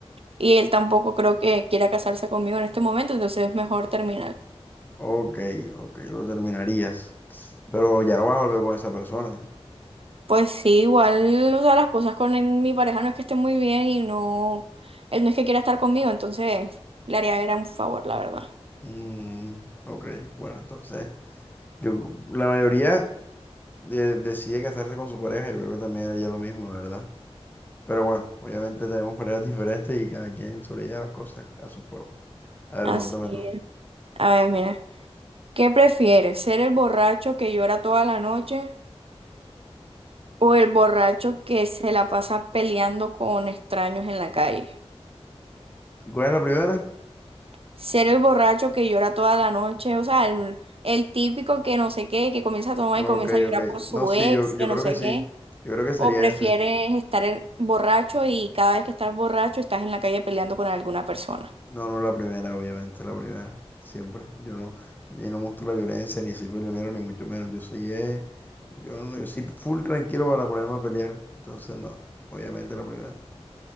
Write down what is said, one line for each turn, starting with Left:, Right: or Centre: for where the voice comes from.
Right: Y él tampoco creo que quiera casarse conmigo en este momento, entonces es mejor terminar.
Left: Ok, ok, lo terminarías. Pero ya no vas a volver con esa persona.
Right: Pues sí, igual, o sea, las cosas con el- mi pareja no es que estén muy bien y no, él no es que quiera estar conmigo, entonces le haría era un favor, la verdad.
Left: Mm, ok, bueno, entonces, yo, la mayoría de- decide casarse con su pareja, yo creo que también haría lo mismo, la verdad. Pero bueno, obviamente tenemos parejas diferentes y cada quien sobrelleva las cosas a su forma. A ver,
Right: Así
Left: pregúntame tú.
Right: es. A ver, mira, ¿qué prefieres? ¿Ser el borracho que llora toda la noche o el borracho que se la pasa peleando con extraños en la calle?
Left: ¿Cuál es la primera?
Right: Ser el borracho que llora toda la noche, o sea, el, el típico que no sé qué, que comienza a tomar
Left: Ok,
Right: y comienza a llorar
Left: ok.
Right: por su
Left: No, sí,
Right: ex,
Left: yo, yo
Right: que no
Left: creo
Right: sé
Left: que sí.
Right: qué.
Left: Yo creo que sería
Right: ¿O prefieres
Left: ese.
Right: estar en- borracho y cada vez que estás borracho estás en la calle peleando con alguna persona?
Left: No, no la primera, obviamente, la primera. Siempre. Yo no, yo no muestro la violencia, ni soy peleonero, ni mucho menos. Yo soy, eh, yo, no- yo soy full tranquilo para ponerme a pelear. Entonces, no, obviamente la primera.